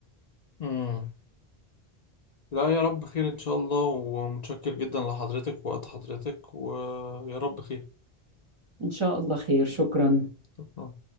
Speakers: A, on the left (about 50°); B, on the right (about 35°).
A: امم لا يا رب خير ان شاء الله ومتشكر جدا لحضرتك ووقت حضرتك ويا رب خير
B: إن شاء الله خير شكرا
A: شكرا